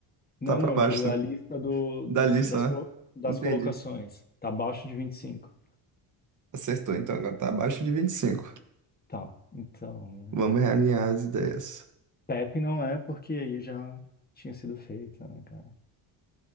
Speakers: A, on the left; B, on the right.
A: Não,
B: tá pra
A: não,
B: baixo.
A: eu digo a lista do, dos-
B: Da lista,
A: das, colo-
B: né?
A: das
B: Entendi.
A: colocações. Tá abaixo de 25.
B: Acertou, então agora tá abaixo de 25.
A: Tá, então.
B: Vamos realinhar as ideias.
A: Pepe não é porque aí já tinha sido feita, né, cara?